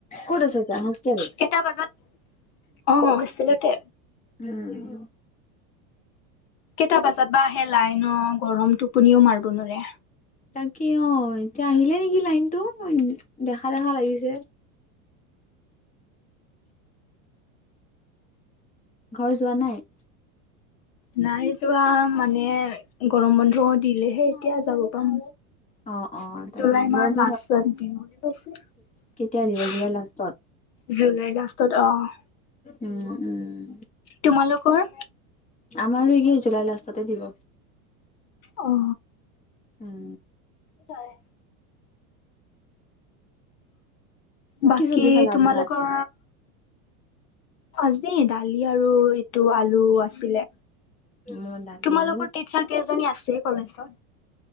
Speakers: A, on the left; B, on the left.
A: কত আছে এতিয়া হোষ্টেল
B: কেইটা বজাত অ অ হোষ্টেলতে
A: উম
B: কেইটা বজাত বা আহে লাইন অ গৰমটো টোপনিও মাৰিব নোৱাৰে
A: তাকে অ এতিয়া আহিলে নিকি লাইনটো দেখা দেখা লাগিছে ঘৰ যোৱা নাই?
B: নাই যোৱা মানে, গৰম বন্ধও দিলেহে এতিয়া যাব পাম।
A: অ অ তাকে
B: জুলাই
A: গৰম
B: মাহৰ
A: বন্ধ
B: লাষ্টত দিম বুলি কৈছে।
A: কেতিয়া দিব জুলাই লাষ্টত
B: জুলাই লাষ্টত অ'।
A: উম, উম।
B: তোমালোকৰ?
A: আমাৰো একেই জুলাই লাষ্টতে দিব।
B: অ'।
A: উম।
B: হয়। বাকী,
A: কি চব্জি খালা আজি
B: তোমালোকৰ
A: ভাত
B: আজি দালি আৰু এইটো আলু আছিলে।
A: মই দালি
B: তোমালোকৰ
A: আলু
B: টিচাৰ কেইজনী আছে কলেজত?